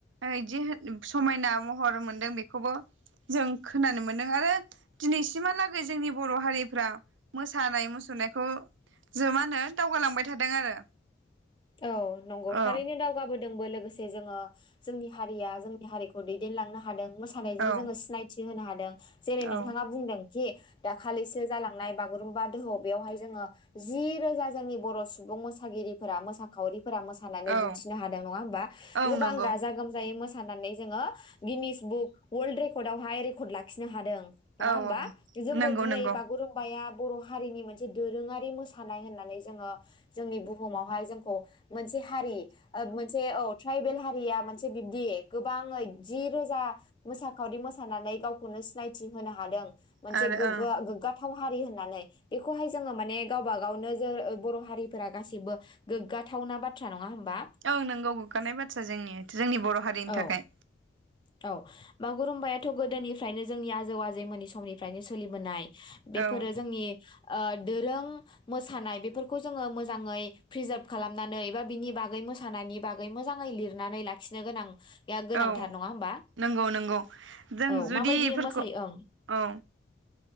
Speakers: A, on the right (about 85°); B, on the left (about 25°).
A: बिदि समायना महर मोनदों बेखौबो जों खोनानो मोनदों आरो दिनैसिमहालागै जोंनि बर' हारिफ्रा मोसानाय मुसुरनायखौ ज मा होनो दावगालांबाय थादों आरो।
B: औ नंगौ
A: औ
B: थारैनो दावगाबोदोंबो लोगोसे जोङो। जोंनि हारिया जोंनि हारिखौ दैदेनलांनो हादों। मोसानायजों
A: औ
B: जोङो सिनायथि। हादों। जेरै
A: औ
B: नोंथाङा बुंदों। जे दाखालिसो जालांनाय बागुरुम्बा दोहौ बेयावहाय जोङो जि रोजा जोंनि बर' सुबुं मोसागिरिफोरा मोसाखावरि मोसानानै
A: औ
B: दिन्थिनो हादों नङा हबा
A: ओं
B: गोबां
A: नंगौ
B: गाजा गोमजायै मोसानानै जोङो Guinness book world record आआवहाय रेकर्ड लाखिनो हादों। नङा
A: औ
B: होमबा
A: औ
B: जोंखौ
A: नंगौ
B: दिनै
A: नंगौ
B: बागुरुम्बाया। बर'हारिनि मोनसे दोरोङारि मोसानाय होननानै जोङो जोंनि बुहुमावहाय जों अ। मोनसे हारि मोनसे औ। ट्राइबेल हारिया मोनसे बिब्दि गोबाङै जि रोजा मोसाखावरि मोसानानै गावखौनो सिनायथि होनो हादों। मोनानसे
A: आरो
B: गोग्गा।
A: ओं
B: बाथाव हारि होननानै बेखौहाय जोङो माने गावबा गावनो ज बर' हारिफोरा गासैबो। गोग्गाथावना बाथ्रा नङा होमबा
A: औ नोंगौ गोगानाय बाथ्रा जोंनिया जोंनि बर' हारिनि थाखाय।
B: औ औ बागुरुम्बायाथ गोदोनिफ्रायनो जोंनि आजौ आजैमोननि समनिफ्रायनो सोलिबोनाय। बेफोरो
A: औ
B: जोंनि। दोरों मोसानाय बेफोरखौ जोङो मोजाङै प्रिजार्भ खालामनानै एबा बिनि बागै मोसानायनि बागै मोजाङै लिरनानै लाखिनो गोनां। <inaudible>
A: औ
B: नङा होमबा
A: नंगौ नंगौ जों
B: औ
A: जुदि
B: माबायदि
A: बेफोरखौ
B: मोसायो ओं
A: औ